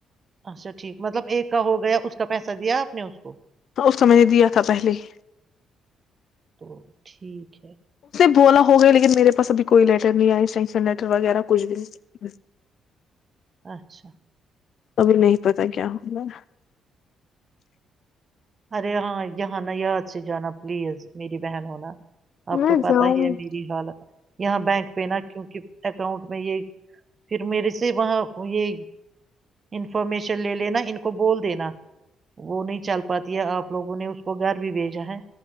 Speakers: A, on the right; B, on the left.
A: اچھا ٹھیک مطلب ایک کا ہو گیا اس کا پیسہ دیا آپ نے اس کو
B: ہ اس تو میں نے دیا تھا پہلے ہی
A: تو ٹھیک ہے
B: دو والا ہو گیا لیکن میرے پاس ابھی کوئی لیٹر نہیں یا انسٹرنکشن لیٹر وغیرہ کچھ بھی نہیں
A: اچھا
B: ابھی نہیں پتا کیا ہوگا
A: ارے ہاں یہاںانا یاد سے جانا پلیز میری بہن ہوناا آپ
B: میں
A: تو پتا
B: جاؤں
A: ہی ہے میری حالت یہاں بینک پہ نا کیونکہ اکاؤنٹ میں یہ پھر میرے سے وہاں یہ انفارمیشن لے لینا ان کو بول دینا وہ نہیں چل پ پ ہے آپ لووں نے اس کو گھر بھی بھیجا ہے